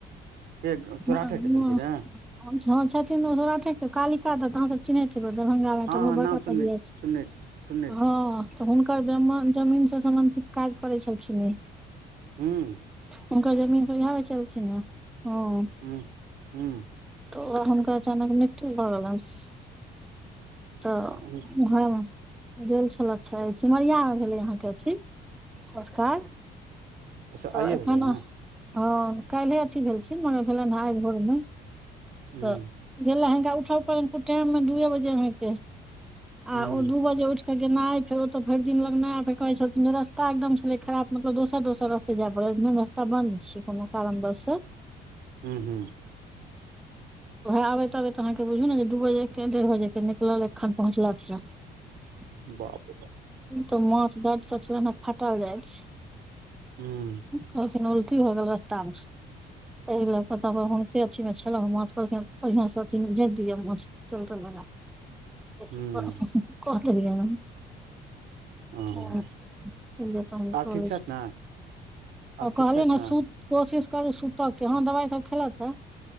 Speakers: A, on the right; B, in the centre.
A: के सौराठे
B: मामा।
A: के छलखिन हे
B: छथिन ओ सौराठे के कालिका दत, आहां सब चिनहैथ हेबै दरभंगा में एकटा
A: हँ
B: तऽ बहुत
A: हँ नाम
B: बड़का
A: सुनने
B: पंजीयार छथिन
A: सुनने छी सुनने छियनि
B: हाँ। तऽ हुनकर दमन -जमीन से सम्बंधित काज करै छलखिन इ।
A: हूँ।
B: हुनकर जमीन सब यैह बेचलखिन हेँ, हाँ।
A: हू- हूँ।
B: तऽ ओ हुनकर अचानक मृत्यु भऽ गेलनि तऽ
A: हूँ
B: हाँ गेल छलैथ हेँ, सिमरिया में भेलै अहाँके अथि संस्कार।
A: अच्छा
B: तऽ
A: आइए
B: एखन
A: भेलै ने
B: हाँ, काइले अथी भेलखिन मगर भेलैन आइ भोर में।
A: हूँ
B: तऽ गेला हिनका उठल पड़लैन कुटाइममे दुए बजे अहाँके। आ
A: हूँ
B: ओ दू बजे उइठ फेर गेनाइ फेर ओतऽ भैर दिन लगनाइ, कहै छलखिन रस्ता एकदम छलै खराब मतलब दोसर त दोसर रास्ते जाए पड़ै, रास्ता बन्द छै कोनो कारण बस।
A: हूँ -हूँ।
B: उएह आबैत - आबैतऽ अहाँके बुझू ने जे, दू बजे के डेढ़ बजे के निकल एखन पहुचलथि हेँ। <inaudible>
A: बापे रे बा
B: तऽ माँछ दर्दसँ छलैन हे फाटल जाइत।
A: हूँ।
B: कहखिन उल्टी भऽ गेल रस्ता में, तहि लकऽ तऽ हुनके अथी मे छलौ हे कहलखिन कनि बढ़िआँसँ जइत दिअ तेल-तेल लगा के।
A: हूँ
B: कऽ देलयैन।
A: हँ
B: हाँ तनिदेर काम
A: आब
B: क
A: ठीक
B: लै
A: छथि
B: छी,
A: ने आब ठीक
B: कहलियैन
A: छथि
B: हे
A: ने
B: सुत कोशिश करू सुतऽ के, हाँ दबाई सब खेलथि हेँ।